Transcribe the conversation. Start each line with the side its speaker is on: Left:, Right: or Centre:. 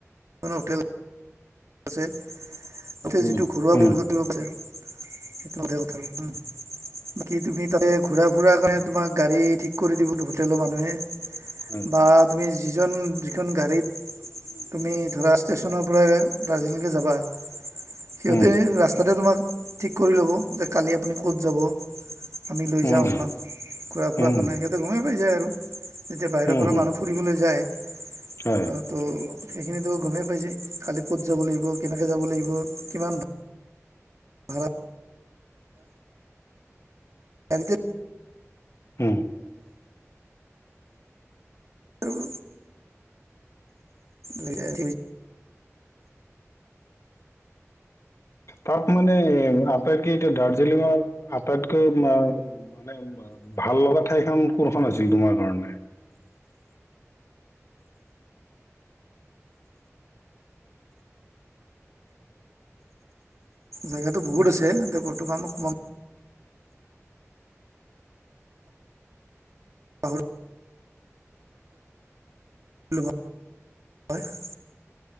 Right: হোটেল আছে তাতে
Left: উম,
Right: যিটো ঘৰুৱা
Left: উম,
Right: <unintelligible> আছে। সেইটো <unintelligible> কথাটো। বাকী তুমি তাতে ঘুৰা ফুৰা কাৰণে তোমাক গাড়ী ঠিক কৰি দিবো হোটেলৰ মানুহে।
Left: উম,
Right: বা তুমি যিজন যিখন গাড়ীত তুমি ধৰা ষ্টেচনৰ পৰা দাৰ্জিলিঙকে যাবা সিহঁতে
Left: উম,
Right: ৰাস্তাতে তোমাক ঠিক কৰি ল'ব যে কালি আপুনি ক'ত যাব। আমি লৈ
Left: উম,
Right: যাওঁ আপোনাক ঘুৰা ফুৰাৰ
Left: উম,
Right: কাৰণে সিহঁতে গমেই পাই যায় আৰু যেতিয়া বাহিৰৰ
Left: উম,
Right: পৰা
Left: উম,
Right: মানুহ ফুৰিবলৈ যায়
Left: হয়
Right: তো সেইখিনিতো গমেই পাইছে খালি ক'ত যাব লাগিব কেনেকৈ যাব লাগিব কিমান ধ <inaudible> <inaudible>
Left: উম।
Right: আৰু লৈ যায়
Left: তাক মানে আটাইতকে এতিয়া দাৰ্জিলিঙৰ আটাইতকৈ মানে ভাল লগা ঠাইখনন কোনখন আছিল তোমাৰ কাৰণে?
Right: জেগাটো বহুত আছে এতিয়া বৰ্তমান ক <inaudible> <unintelligible>